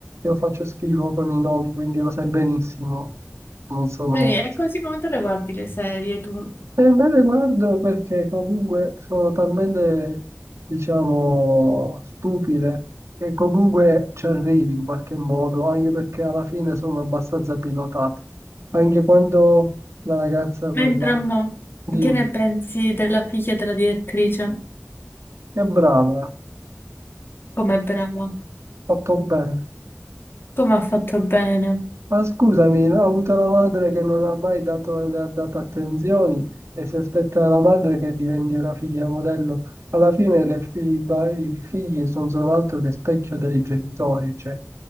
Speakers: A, on the right; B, on the left.
A: Io faccio schifo con i nomi, quindi lo sai benissimo. Non sono...
B: Quindi è così come te le guardi le serie tu?
A: E me le guardo perché comunque sono talmente, diciamo, stupide che comunque ci arrivi in qualche modo, anche perché alla fine sono abbastanza pilotate. Anche quando la ragazza quella...
B: Mentre a mo,
A: Dimmi,
B: che ne pensi della figlia della direttrice?
A: che brava,
B: Com'è brava?
A: fatto bene.
B: Come ha fatto bene?
A: Ma scusami, no, ho avuto una madre che non ha mai dato, le ha dato attenzioni e si aspetta la madre che diventi una figlia modello. Alla fine le fi- i ba- i figli non sono altro che specchio dei genitori, cioè